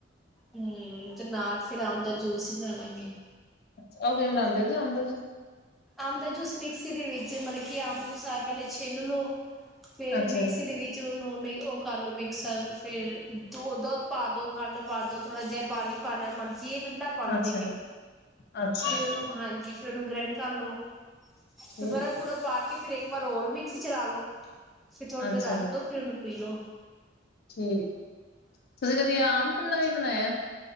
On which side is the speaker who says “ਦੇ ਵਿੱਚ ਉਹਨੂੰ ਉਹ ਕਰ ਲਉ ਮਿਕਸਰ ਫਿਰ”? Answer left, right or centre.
Centre